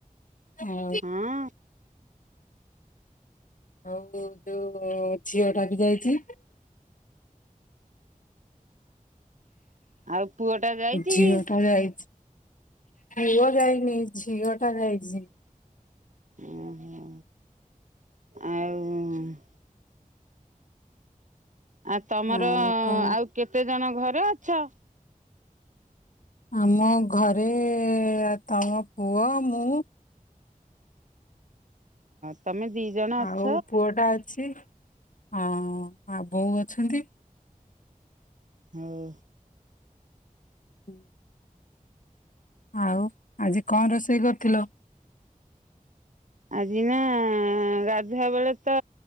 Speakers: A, on the left (about 65°); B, on the right (about 60°).
A: ଓ।
B: ହଁ
A: ଆଉ ଯୋଉ ଝିଅ ଟା ବି ଯାଇଚି।
B: ଆଉ ପୁଅ ଟା ଯାଇଚି
A: ଝିଅ
B: କି?
A: ଟା ଯାଇଛି ପୁଅ ଯାଇନି। ଝିଅ ଟା ଯାଇଚି। <inaudible>
B: ଓହୋ <inaudible> ଆଉ ଆ ତମର
A: ଆଉ କଣ
B: ଆଉ କେତେ ଦି ଜଣ ଘରେ ଅଛ।
A: ଆମ ଘରେ ତମ ପୁଅ ମୁଁ
B: ହଁ। ତମେ ଦି ଜଣ
A: ଆଉ
B: ଅଛ
A: ପୁଅଟା ଅଛି, <inaudible> ହଁ ଆଉ ବୋଉ ଅ ଅଛନ୍ତି।
B: ହଉ
A: ହୁଁ, ଆଉ ଆଜି କଣ ରୋଷେଇ କରିଥିଲ?
B: ଆଜି ନା ଗାଧୁଆ ବେଳେ ତ